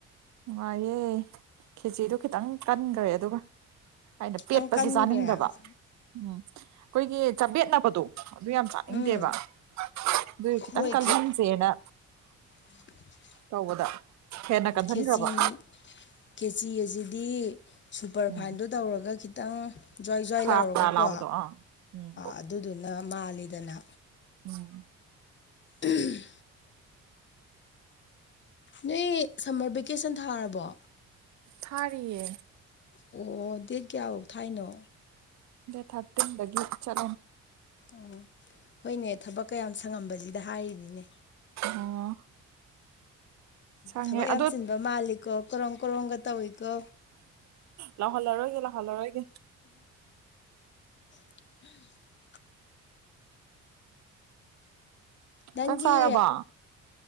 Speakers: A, on the right (about 65°); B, on the left (about 40°).
A: ꯃꯥꯑꯦ ꯈꯦꯆꯗꯨ ꯈꯤꯇꯪ ꯀꯟꯈ꯭ꯔꯦ ꯑꯗꯨꯒ ꯑꯩꯅ
B: ꯈꯤꯇꯪ
A: ꯄꯦꯠꯄꯁꯤ
B: ꯀꯟꯈ꯭ꯔꯦ
A: ꯆꯥꯅꯤꯡꯗꯕ
B: ꯑꯣ
A: ꯎꯝ ꯑꯩꯈꯣꯏꯒꯤ ꯆꯄꯦꯠꯅꯕꯗꯣ ꯑꯗꯨ ꯌꯥꯝ ꯆꯥꯅꯤꯡꯗꯦꯕ
B: ꯎꯝ
A: ꯑꯗꯨ ꯈꯤꯇꯪ
B: ꯍꯣꯏ
A: ꯀ
B: ꯈꯦ
A: ꯁꯗꯥ
B: ꯎꯝ
A: ꯇꯧꯕꯗ ꯍꯦꯟꯅ ꯀꯟꯁꯤꯟꯈ꯭ꯔꯕ
B: ꯈꯦꯆꯤ ꯈꯦꯆꯤ ꯑꯁꯤꯗꯤ ꯁꯨꯄꯔꯐꯥꯏꯟꯗꯣ
A: ꯎꯝ
B: ꯇꯧꯔꯒ ꯈꯤ ꯇ ꯖ꯭ꯋꯥꯏ ꯖ꯭ꯋꯥꯏ
A: ꯐꯔꯥ
B: ꯂꯥꯎꯔꯒꯀꯣ
A: ꯐꯔꯥ ꯂꯥꯎꯕꯗꯣ ꯑꯥ ꯎꯝ
B: ꯑꯗꯨꯗꯨꯅ ꯃꯥꯜꯂꯤꯗꯅ
A: ꯎꯝ
B: ꯎꯝ ꯅꯣꯏ ꯁꯝꯃꯔ ꯚꯦꯀꯦꯁꯟ ꯊꯥꯔꯕꯣ
A: ꯊꯥꯔꯤꯌꯦ
B: ꯑꯣ ꯗꯦꯠ ꯀꯌꯥꯕꯨꯛ ꯊꯥꯏꯅꯣ
A: ꯗ ꯊꯔꯇ ꯒ ꯆꯠꯂꯅꯤ
B: ꯎ ꯍꯣꯏꯅꯦ ꯊꯕꯛ ꯀꯌꯥꯝ ꯁꯪꯉꯝꯕꯁꯤꯗ ꯍꯥꯏꯔꯤꯅꯤꯅꯦ
A: ꯑꯣ ꯁꯪꯉꯦ
B: ꯊꯕꯛ ꯌꯥꯝ
A: ꯑꯗꯣ
B: ꯆꯤꯟꯕ ꯃꯥꯜꯂꯤꯀꯣ ꯀꯔꯣꯝ ꯀꯔꯣꯡꯝꯒ ꯇꯧꯏꯀꯣ
A: ꯂꯥꯎꯍꯜꯂꯔꯣꯏꯒꯦ ꯂꯥꯎꯍꯜꯂꯔꯣꯏꯒꯦ
B: <inaudible> ꯅꯪꯒꯤ
A: ꯆꯥꯛ ꯆꯥꯔꯕꯣ